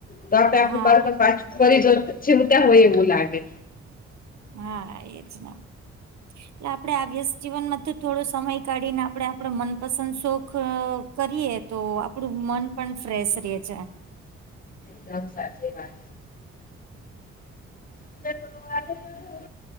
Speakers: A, on the left (about 30°); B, on the right (about 60°).
A: તો આપડે આપું
B: હા
A: બાળક પાછું ફરી જીવતા હોય એવું લાગે
B: હા એજ ને એલે આપડે આ વ્યસ જીવન માં તો થોડો સમય કાઢીને આપડે આપડ મનપસંદ શોખ કરીએ તો આપડું મન પણ ફ્રેશ રહે છે.
A: દમ સાચી વાત <unintelligible>